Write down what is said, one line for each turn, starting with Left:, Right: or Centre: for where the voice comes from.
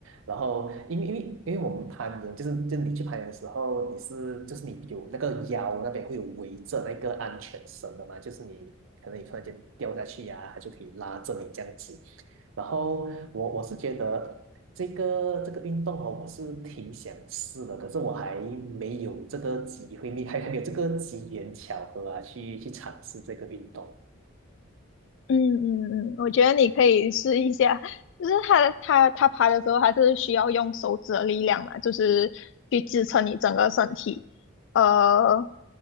Right: 然后，因为因为因为我们攀岩，就是就你去攀岩的时候，你是就是你有那个腰那边会有围着那个安全绳的嘛，就是你可能你突然间掉下去呀、它就可以拉着你这样子。然后我我是觉得这个这个运动哦，我是挺想试的，可是我还没有这个机会，你还还没有这个机缘巧合啊，去去尝试这个运动。
Left: 嗯嗯嗯，我觉得你可以试一下，就是他他他爬的时候，还是需要用手指的力量嘛，就是去支撑你整个身体。呃，